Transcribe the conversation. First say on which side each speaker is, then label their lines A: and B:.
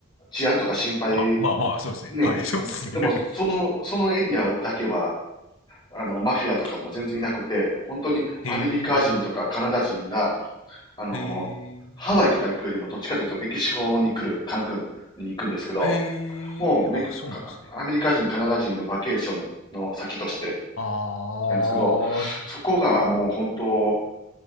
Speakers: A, on the left; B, on the left.
A: 治安とか心配、
B: まあ、まあまあ、そうですね。
A: ね、
B: はい、そうですね。
A: でもその、そのエリアだけは、あの、マフィアとかも全然いなくて、本当にアメリカ人とかカナダ人が、
B: <laughs> へえ。
A: あの、
B: へえ。
A: ハワイとか行くよりもどっちかというとメキシコに来る、カンクンに行くんですけど、
B: へえ。
A: もうメ、
B: あ、
A: かアメリカ人、
B: そうなんですね。
A: カナダ人のバケーションの先として、
B: あー。
A: なんですけど、そこがもう本当、